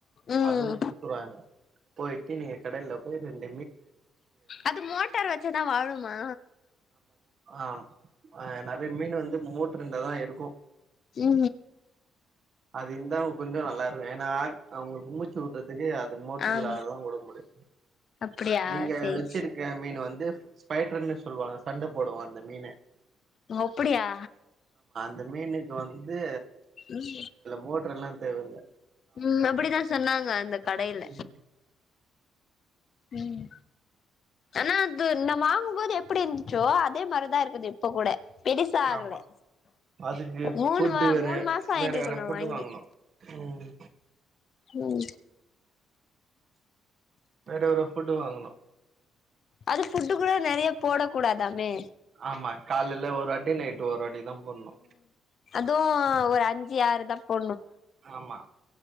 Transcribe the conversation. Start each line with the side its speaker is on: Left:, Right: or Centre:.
Left: ம்
Right: அதுவு குடுத்துருவாங்க போய் நீ நீங்க கடையில போய் ரென்டு
Left: அது மோட்டார் வச்சதா வாழுமா
Right: ஆமா ஆ நிறையா மீன் வந்து மோட்டருண்டாதா இருக்கு
Left: உ உ
Right: அது இருந்தா உ கொஞ்சோ நல்லா இருக்கு ஏனா அவங்க கும்மிச்சு உட்றதுக்கு அது மோட்டர்
Left: ஆம்
Right: இல்லாததா உட முடியு
Left: அப்படியா
Right: நீங்க
Left: சேரி
Right: வச்சிருக்க மீன் வந்து ஸ்பைடர்ன்னு சொல்லுவாங்க சண்ட போடுவா அந்த மீனு
Left: பொப்படியியா
Right: இந்த மீனுக்கு வந்து
Left: ம்
Right: மோட்டர் எல்லா தேவ இல
Left: ம் அப்படித்தா சொன்னாங்க அந்த கடையில
Right: ம்
Left: ம் ஆனா அது நா வாங்கும்போது எப்படி இருந்துச்சோ அதே மாரிதா இருக்குது இப்ப கூட பெருசா ஆகலை
Right: ஆமா அதுக்கு
Left: மூணு
Right: ஃபுட்டு
Left: மா
Right: வேற
Left: மூணு மாச ஆயிட்டு
Right: வேற
Left: இருக்கணு
Right: வேற ஃபுட்டு
Left: வாங்கி
Right: வாங்கணு ம்
Left: ம்
Right: வேற ஒரு ஃபுட்டு வாங்கணு
Left: அது ஃபுட்டு கூட நிறைய போடக்க கூடாதாமே
Right: ஆமா காலைல ஒரு வாட்டி நட் ஒருராட்டி தா போட்னு
Left: அது ஒரு அஞ்சு ஆறு தா போ
Right: ஆமா